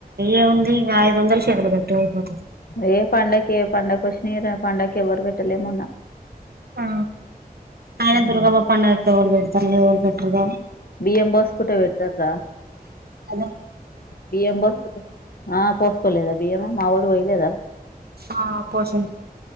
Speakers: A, on the right (about 75°); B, on the left (about 70°).
A: ఏముంది ఇకా ఐదు వందలు చేతులు గట్లు అయిపోతుది
B: ఏయ పండగకి ఏ పండగకు వష్ినీర పండగకే ఎవరు పెట్టలే మొన్న
A: ఆ ఆయన దుర్గాబాప్ప అండ ఎవళ పెడతారు లేవళ పెట్టారుద
B: బిఎం బాస్ కుట పెడతార్రా
A: అదే
B: బియ్యం పోసుకోలే ఆ పోసుకోలేదా బియ్యం మా వాడు పోయలేదా
A: ఆ పోషం